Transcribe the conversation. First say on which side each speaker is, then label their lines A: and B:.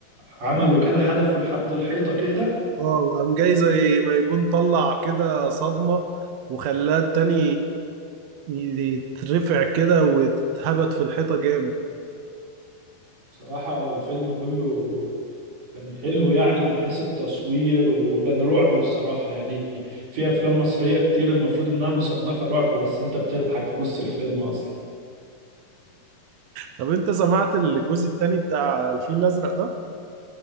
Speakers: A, on the right; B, on the right.
A: عملوا كده حدفوا لحد الحيطة كده
B: اه وقام جاي زي ما يكون طلع كده صدمة وخلاه التاني يترفع كده ويتهبط في الحيطة جامد
A: بصراحة الفيلم كله كان حلو يعني من حيث التصوير وكان رعب بصراحة يعني في أفلام مصرية كتير المفروض إنها مصنفة رعب بس أنت بتضحك في نص الفيلم أصلا
B: طب انت سمعت الجزء التاني بتاع الفيل الأزرق ده؟